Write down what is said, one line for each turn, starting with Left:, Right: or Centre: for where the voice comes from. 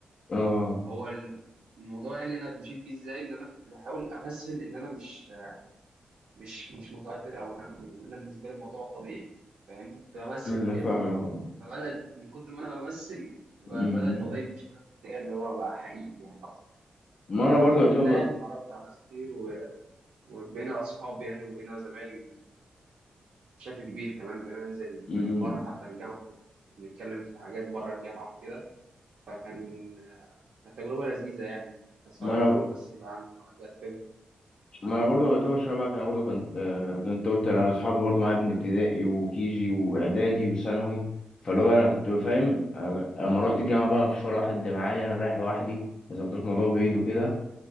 Left: اه
Right: هو الموضوع يعني انا مشيت بيه ازاي ان انا كنت بحاول امثل ان انا مش مش مش متوتر او ان انا إن انا بالنسبه لي الموضوع طبيعي فاهم كنت بمثل
Left: امم
Right: كده
Left: فاهم فاهم
Right: فبدأ من كتر ما انا بمثل ب-
Left: امم
Right: بدأ الموضوع يمشي بقى في الاتجاه اللي هو بقى حقيقي يعني اكتر
Left: ما
Right: فالحمد
Left: انا برضه يعتبر
Right: لله يعني اتعرفت على ناس كتير و- وبقينا اصحاب يعني وبقينا زمايل بشكل كبير كمان وبقينا ننزل
Left: امم
Right: بره حتى الجامعة ونتكلم في حاجات بره الجامعة وكده فكان كانت تجربة لذيذة يعني كانت صعبة
Left: ما انا
Right: في الأول بس بقى الموضوع بقت حلو
Left: ما انا برضو يعتبر شبهك انا برضو كنت آه، زي ما انت قلت انا اصحابي برضو معايا من ابتدائي وكيجي واعدادي وثانوي فلو انا كنت بفهم أنا لما رحت الجامعه بقى ما فيش ولا واحد معايا انا رايح لوحدي زي ما قلت لك الموضوع بعيد وكده